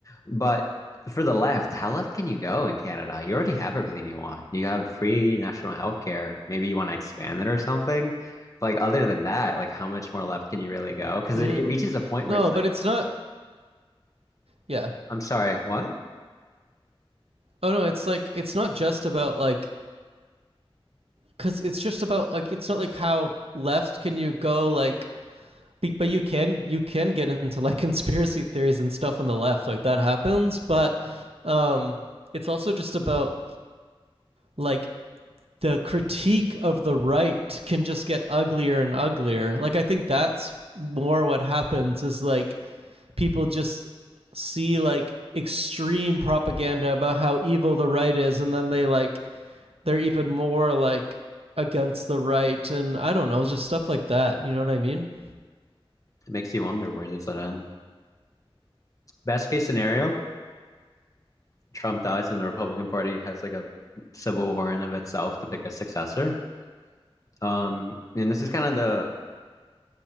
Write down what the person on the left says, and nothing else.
But for the left, how left can you go in Canada? You already have everything you want. You have free national health care. Maybe you want to expand it or something. Like other than that, like how much more left can you really go? Because
it, it reaches a point
where it's
like,
I'm sorry, what?
It makes you wonder where does it end? Best case scenario, Trump dies and the Republican Party has like a civil war in of itself to pick a successor. Um, and this is kind of the